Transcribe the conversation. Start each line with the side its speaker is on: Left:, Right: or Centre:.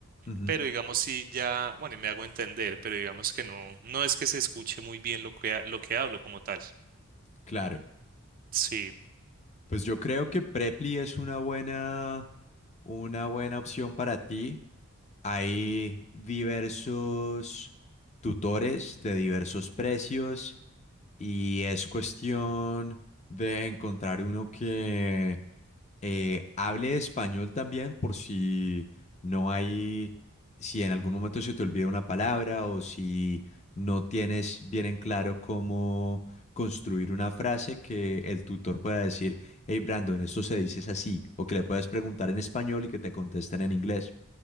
Left: Ujú,
Right: pero digamos sí ya, bueno, y me hago entender, pero digamos que no, no es que se escuche muy bien lo que, ha- lo que hablo como tal.
Left: claro.
Right: Sí,
Left: Pues yo creo que Preply es una buena, una buena opción para ti. Hay diversos tutores de diversos precios y es cuestión de encontrar uno que eh, hable español también por si no hay, si en algún momento se te olvida una palabra o si no tienes bien en claro cómo construir una frase que el tutor pueda decir, hey Brandon, esto se dice es así, o que le puedas preguntar en español y que te contesten en inglés.